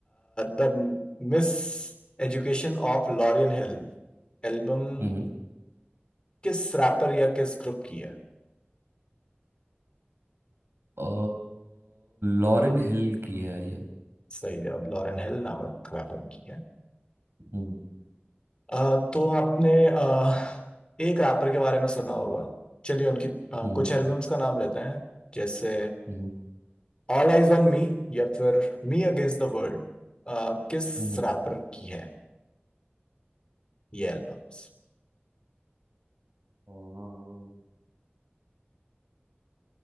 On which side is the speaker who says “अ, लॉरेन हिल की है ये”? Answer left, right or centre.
Right